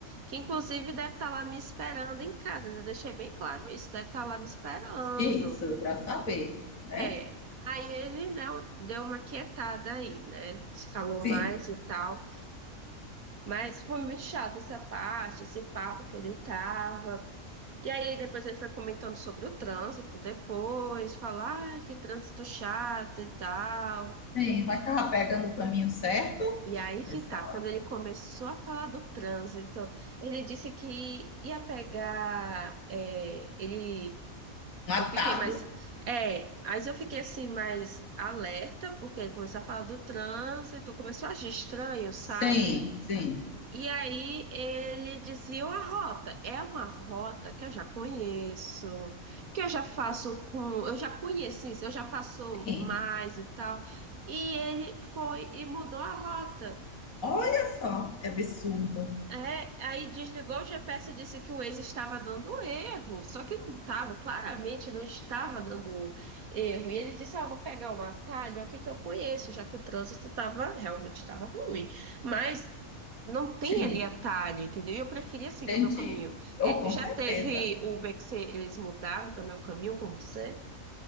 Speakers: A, on the right; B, on the left.
A: que inclusive deve estar lá me esperando em casa, ainda deixei bem claro isso, deve estar lá me esperando.
B: Isso, para saber, né?
A: É, aí ele, né, deu uma quietada aí, né? Se calou
B: Sim,
A: mais e tal. Mas foi muito chato essa parte, esse papo que ele tava. E aí depois ele foi comentando sobre o trânsito depois, falar, ah, que trânsito chato e tal.
B: sim, mas estava pegando o caminho certo
A: E aí que
B: nessa
A: tá,
B: hora.
A: quando ele começou a falar do trânsito, ele disse que ia pegar, é, ele,
B: Um atalho.
A: eu fiquei mais, é, mas eu fiquei assim mais alerta, porque ele começou a falar do trânsito, começou a agir estranho, sabe?
B: Sim, sim,
A: E aí ele dizia uma rota, é uma rota que eu já conheço, que eu já faço com, eu já conheci, eu já faço
B: sim.
A: mais e tal. E ele foi e mudou a rota.
B: Olha só que absurdo.
A: É, aí desligou o GPS e disse que o Waze estava dando erro, só que não estava, claramente não estava dando erro. E ele disse: Ah, vou pegar um atalho aqui que eu conheço, já que o trânsito estava realmente estava ruim. Mas não tem
B: Sim,
A: ali atalho, entendeu? E Eu preferia seguir
B: entendi.
A: o meu caminho. É,
B: Oh, com
A: já
B: certeza.
A: teve Uber que você- eles mudaram também o caminho com você?